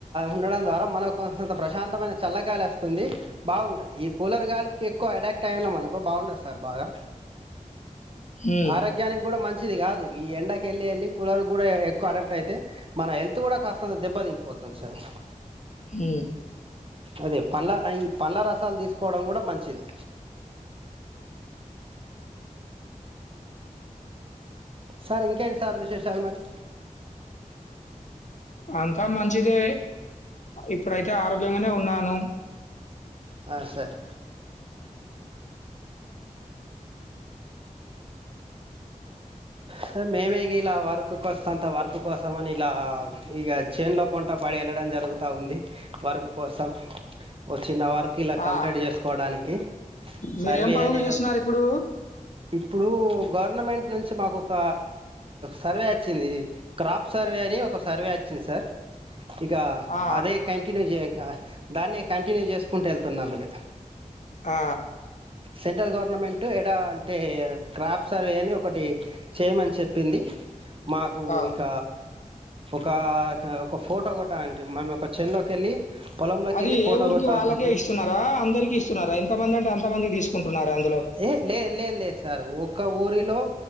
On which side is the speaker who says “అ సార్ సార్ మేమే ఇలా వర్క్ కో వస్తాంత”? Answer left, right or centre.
Right